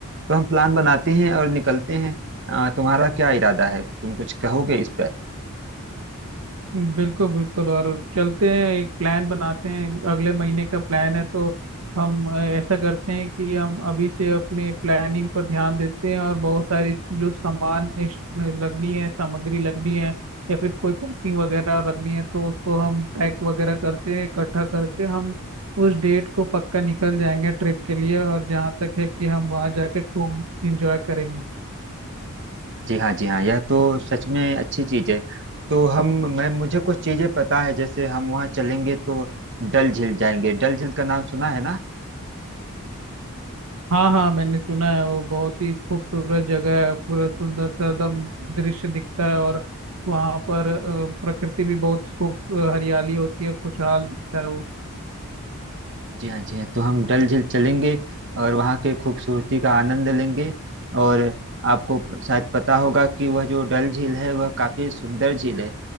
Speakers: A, on the right; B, on the right.
A: तो हम प्लान बनाते हैं और निकलते हैं अ, तुम्हारा क्या इरादा है तुम कुछ कहोगे इस पर
B: बिल्कुल बिल्कुल और चलते हैं एक प्लान बनाते हैं अगले महीने का प्लान है तो हम अ, ऐसा करते हैं कि हम अभी से अपने प्लानिंग पर ध्यान देते हैं और बहुत सारी चीज- जो सामान इस- लगनी है सामग्री लगनी है या फिर कोई पैकिंग वगैरह रखनी है तो उसको हम पैक वगैरह करते हैं इकट्ठा करके हम उस डेट को पक्का निकल जाएंगे ट्रिप के लिए और जहाँ तक है कि हम वहाँ जाके खूब इंजॉय करेंगे
A: जी हाँ जी हाँ यह तो सच में अच्छी चीज है तो हम मैं मुझे कुछ चीजें पता है जैसे हम वहाँ चलेंगे तो डल झील जाएंगे डल झील का नाम सुना है ना
B: हाँ हाँ मैंने सुना है वो बहुत ही खूबसूरत जगह है पूरा सुंदर सा एकदम दृश्य दिखता है और वहाँ पर अ, प्रकृति भी बहुत खूब अ, हरियाली होती है खुशहाल दिखता है वो
A: जी हाँ जी हाँ तो हम डल झील चलेंगे और वहाँ के खूबसूरती का आनंद लेंगे और आपको शायद पता होगा कि वह जो डल झील है वह काफी सुंदर झील है